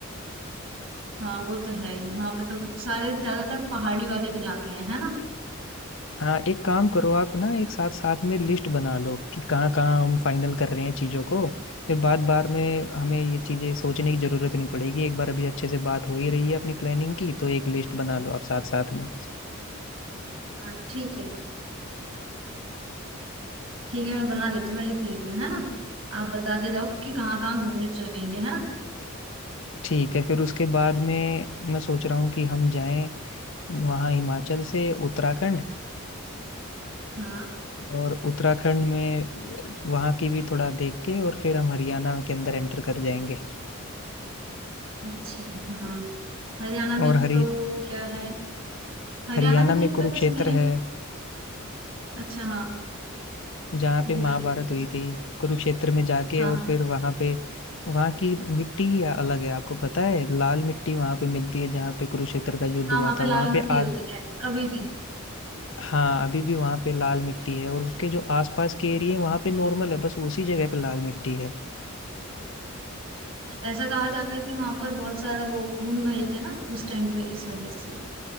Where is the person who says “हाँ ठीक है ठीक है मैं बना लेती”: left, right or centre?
Right